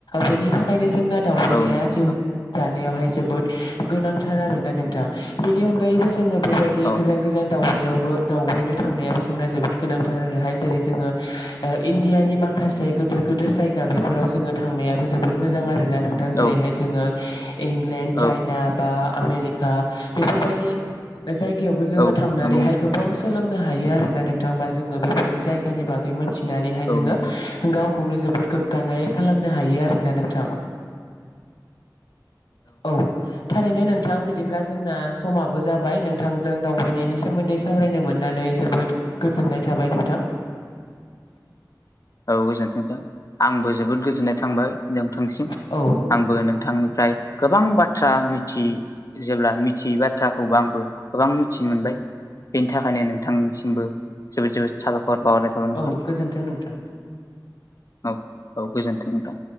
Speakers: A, on the left; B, on the left.
A: बेनि थाखाय नो जोंना दावबायनाया
B: औ नंगौ नोंथां
A: जिउ दा नायावहाय जोबोद गोनांथार आरोना नोंथां बेनि अनगायैबो जोङो बेबायदि
B: औ
A: गोजान गोजान दावबायावबो दावबायनो थांनायाबो जोंना जोबोद गोनांथार आरोहाय जेरै जोङो इण्डियानि माखासे गोदोर गोदोर जायगा बेफोराव जोङो थांनायाबो जोबोद मोजां आरोना नोंथां जेरैहाय
B: औ
A: जोङो इंलेण्ड चाइना
B: औ
A: बा आमेरिका बेफोरबायदि जायगायावबो जोङो
B: औ
A: थांनानैहाय
B: नंगौ नोंथां
A: गोबां सोलों नो हायो आरोना नोंथा बा जोङो बेफोर जायगानि बागै मोनथिनानैहाय
B: औ
A: जोङो
B: नंगौ
A: गाव खौनो जोबोद गोग्गानाय खालामनो हायो आरोना नोंथां। औ थारैनो नोंथां बि दिब्ला जोंना समाबो जाबाय नोंथांजों दावबायनायनि सोमोन्दै सामरायनो मोननानै जोबोद गो जोननाय थाबाय नोंथां
B: औ गोजोनथों नोंथां आंबो जोबोद गोजोननाय थांबाय नोंथांनिसिम।
A: औ
B: आंबो नोंथांनिफ्राय गोबां बाथ्रा मिथि जेब्ला मिथियै बा थ्राखौ आंबो गोबां मिथिनो मोनबाय बेनि थाखायनो नोंथांनिसिमबो जोबोद जोबोद साबायखर बावहरनाय थाबाय
A: औ
B: नोंथां।
A: गोजोन्थों नोंथां
B: औ औ गोजोनथों नोंथां।